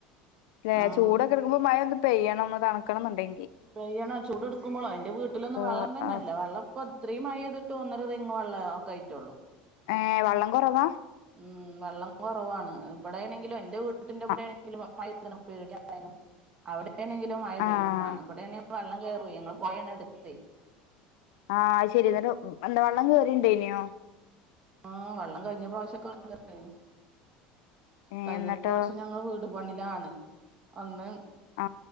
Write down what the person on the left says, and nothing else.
ല്ല
ചൂടൊക്കെ എടുക്കുമ്പോ മയ ഒന്ന് പെയ്യണംന്ന് തണുക്കണംന്നുണ്ടെങ്കിൽ
ആഹ്
ആഹ്
ഏഹ് വള്ളം കുറവാ
ആഹ്
ആഹ്
ആഹ് ശരി എന്നട്ട് എന്താ വള്ളം കേറിന്റെയിനോ
ഏഹ്
എന്നിട്ടോ
ആ